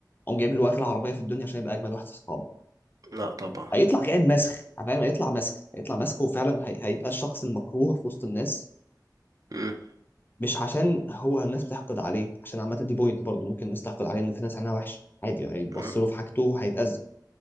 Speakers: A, on the left (about 30°); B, on the right (about 55°).
A: قام جايب له اغلى عربيه في الدنيا عشان يبقى اجمد واحد في اصحابه
B: لا طبعا
A: هيطلع كائن مسخ فاهم هيطلع مسخ هيطلع مسخ وفعلا هي... هيبقى الشخص المكروه في وسط الناس
B: مم.
A: مش عشان هو الناس بتحقد عليه عشان عامة دي بوينت برضه ممكن الناس تحقد عليه ان في ناس عينها وحش عادي هيتبص
B: مم.
A: له في حاجته وهيتأذى